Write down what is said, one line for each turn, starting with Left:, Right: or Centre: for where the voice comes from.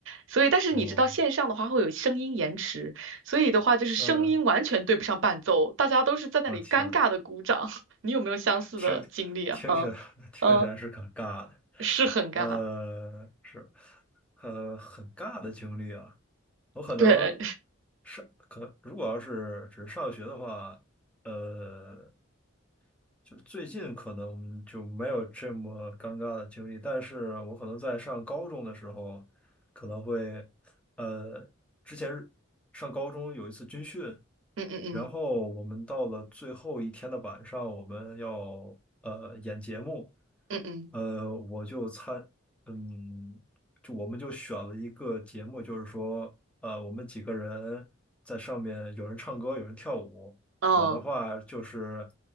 Right: 所以但是你知道线上的话会有声音延迟，
Centre: 哦，
Right: 所以的话就是声音完全对不上伴奏，
Centre: 嗯，
Right: 大家都是在那里尴尬的鼓掌。
Centre: 我天，
Right: <laughs> 你有没有相似的经历啊？
Centre: 听听起来
Right: 嗯嗯，
Centre: <laughs> 听起来是很尬的，
Right: 是很尬，
Centre: 呃，是，呃，很尬的经历啊。我可能
Right: 对，
Centre: 上可如果要是只是上学的话，呃，就是最近可能就没有这么尴尬的经历，但是我可能在上高中的时候，可能会，呃，之前是上高中有一次军训，
Right: 嗯嗯嗯
Centre: 然后我们到了最后一天的晚上，我们要呃演节目，
Right: 嗯嗯
Centre: 呃，我就参，嗯，就我们就选了一个节目，就是说，呃，我们几个人在上面，有人唱歌，有人跳舞。
Right: 嗯，
Centre: 我的话就是